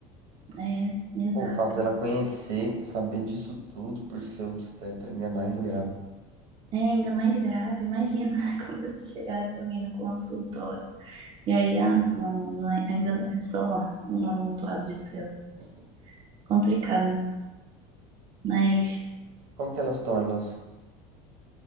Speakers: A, on the right (about 35°); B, on the right (about 70°).
A: É, exato.
B: Pô, o fato dela conhecer, saber disso tudo por ser obstetra ainda é mais grave.
A: É ainda mais grave, imagina <laughs> como se chegasse alguém no consultório E aí, ah, não, não é- ainda é só um amontoado de céu. Complicado. Mas,
B: Como que elas estão? Elas,